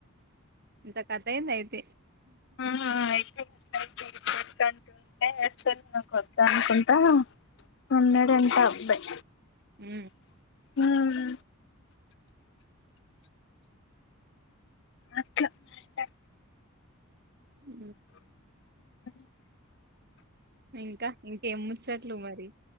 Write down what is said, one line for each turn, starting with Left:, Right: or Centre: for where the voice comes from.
Right: ఇంత కథయింది అయితే
Left: ఆ అయితే అట్లయితేంటూంటే యాక్చువల్ గా నాక్ ఒద్దనుకుంటా! ఉన్నడంటావ్ అబ్బాయి.
Right: ఉ
Left: హ్మ్ అట్లా ఆ
Right: ఉ
Left: అ
Right: ఇంకా ఇంకేము ముచ్చట్లు మరి